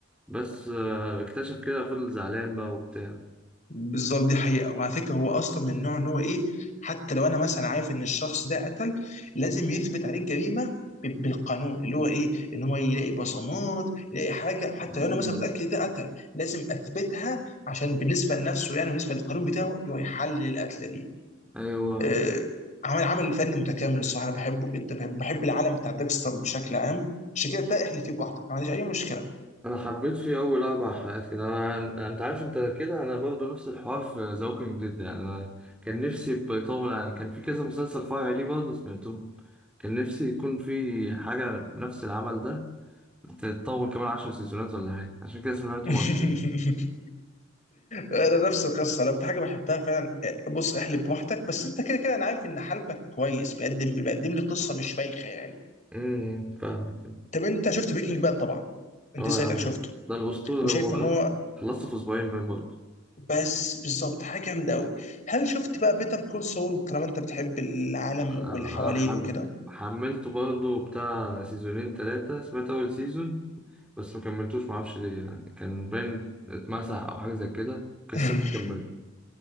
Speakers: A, in the centre; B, on the left.
A: بس آه، اكتشف كده فضل زعلان بقى وبتاع
B: بالظبط دي حقيقه وعلى فكره هو اصلا من النوع ان هو ايه حتى لو انا مثلا عارف ان الشخص ده قتل لازم يثبت عليه الجريمه ب- بالقانون اللي هو ايه ان هو يلاقي بصمات يلاقي حاجه حتى
A: مم.
B: لو انا مثلا متاكد ده قتل لازم اثبتها عشان بالنسبه لنفسه يعني بالنسبه للقانون بتاعه هو يحلل القتله دي
A: ايوه
B: آه، عمل عمل فني متكامل الصراحه انا بحبه جدا بحب, بحب العالم بتاع ديكستر بشكل عام عشان كده ده احلف فيه بوحدك ما عنديش اي مشكله
A: انا حبيت فيه اول اربع حلقات كده انا انت عارف انت كده انا برضو نفس الحوار في ذا ووكينج ديد يعني أنا كان نفسي يبقى يطول يعني كان في كذا مسلسل فرعي ليه برضه سمعتهم كان نفسي يكون في حاجة نفس العمل ده تتطول كمان عشر سيزونات ولا حاجة عشان كده سمعته
B: <laughs>
A: مرة
B: انا نفس القصه لو في حاجه بحبها فعلا بص احلب بوحدك بس انت كده كده انا عارف ان حلبك كويس بيقدم بيقدم لي قصه مش بايخه يعني
A: أمم، فاهمك
B: طب انت شفت بريكنج باد طبعا انت
A: اه
B: سيدك
A: يا عم
B: شفته
A: ده الأسطورة
B: وشايف
A: هو
B: ان
A: خل-
B: هو
A: خلصته في أسبوعين باين برضه
B: بس بالظبط حاجه جامده قوي هل شفت بقى بيتر كول سول طالما انت بتحب العالم
A: آه،
B: واللي حوالينه
A: حم...
B: وكده
A: حملته برضه بتاع سيزونين تلاتة سمعت أول سيزون بس ما كملتوش معرفش ليه يعني كان باين اتمسح أو حاجة زي كده كسلت
B: <laughs>
A: كملت